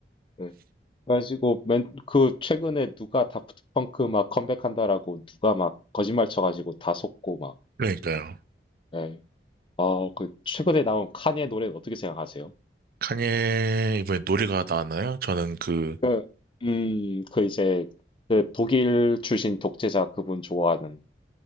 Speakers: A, on the left; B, on the right.
A: 네. 그래가지고 맨, 그 최근에 누가 다프트 펑크 막 컴백한다라고 누가 막 거짓말 쳐가지고 다 속고 막.
B: 그러니까요.
A: 네. 아, 그 최근에 나온 카니의 노래 어떻게 생각하세요?
B: 카니에 이번에 노래가 나왔나요? 저는 그,
A: 그, 음, 그 이제, 그 독일 출신 독재자 그분 좋아하는,